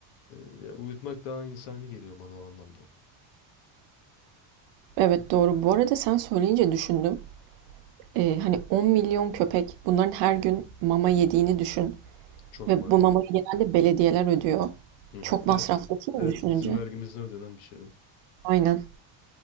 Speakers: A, on the left; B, on the right.
A: E, ya uyutmak daha insani geliyor bana o anlamda.
B: Evet doğru. Bu arada sen söyleyince düşündüm. Ee, hani 10 milyon köpek bunların her gün mama yediğini düşün.
A: Çok
B: Ve
A: maliyetli.
B: bu mamayı genelde belediyeler ödüyor.
A: Hı hı.
B: Çok
A: Evet.
B: masraflı değil
A: Evet
B: mi düşününce?
A: bizim vergimizden ödenen bir şey o.
B: Aynen.